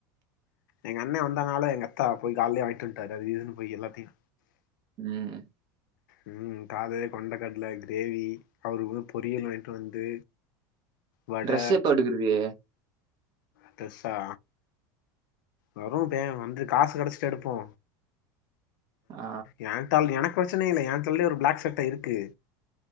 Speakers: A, on the left (about 80°); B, on the right (about 40°).
A: எங்க அண்ணெ வந்தனால எங்க அத்தா போய் கால்லே வாங்கிட்டு வந்ட்டாரு அது இதுனு போய் எல்லாத்தையு
B: ம்
A: ம் காலைலே கொண்டக்கட்ல கிரேவி அவருக்கு பொரியல் வாங்கிட்டு வந்து வட
B: ட்ரெஸ் எப்ப எடுக்குறது
A: ட்ரெஸ்சா வரு பே வந்து காசு கெடச்சிட்டா எடுப்போ
B: ஆ
A: ஏ தால் எனக்கு பிரச்சன இல்ல ஏ தல்லே ஒரு பிளாக் சட்ட இருக்கு